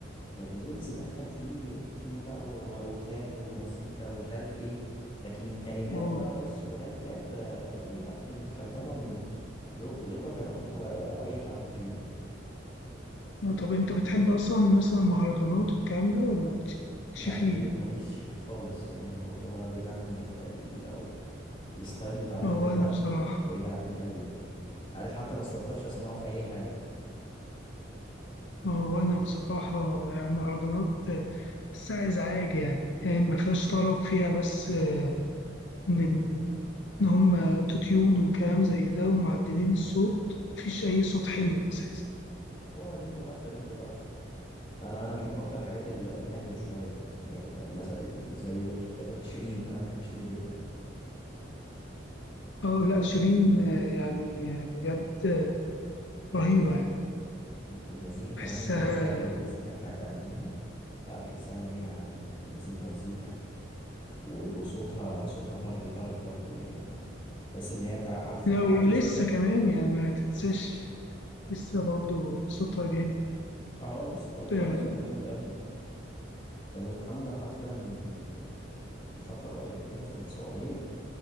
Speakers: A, on the left; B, on the left.
A: لكن ويجز دخل فيه اوتو تيون بقى و... وتراب ومزيكا ومش عارف ايه لكن كلمات
B: أه
A: بقى رص وراب راب آه، حقيقي لا كان كان طبعا جو... جوكر كان يحط على على اي حد فيهم
B: آه، طب أنت بتحب أصلا مثلا مهرجانات والكلام ده ولا مالكش مالكش
A: لا
B: فيه
A: ملي...
B: يعني؟
A: ماليش فيه خالص يعني الموضوع ده بعيد عني خ- ال... او ال- الستايل بتاع الاغاني
B: أه وأنا
A: ده
B: بصراحة
A: بعيد عني قوي يعني عارف حتى ما استلطفش اسمعه في اي حاجه
B: اه وانا بصراحة يعني مهرجانات آه، بحسها ازعاج يعني يعني ما فيهاش طرب فيها بس آه، ان ان هم اوتوتيون وكلام زي ده ومعدلين الصوت مفيش اي صوت حلو اساسا
A: هو دب طخ دب طخ انا انا بحب اكتر حاجات الهاديه شويه يعني يعني مثلا زي جورج ك- شيرين انا بحب شيرين جدا
B: اه لا شيرين آه، يعني آه، بجد آه، رهيبة يعني
A: والمزيكا كمان
B: بحسها
A: يعني بتعمل المزيكا بتاعت أغانيها لا بحسها إن هي مزيكا مزيكا و- وصوتها صوتها طربي طربي برضو يعني بحس إن هي تع- عارفة
B: لو
A: تعلي
B: لسه
A: صوتها امتى
B: كمان يعني ما تنساش لسه برضه صوتها جامد
A: اه اه لسه لغاية دلوقتي
B: اه
A: صوتها جامد قوي كانت عاملة حفلة من من فترة قريبة كده في السعودية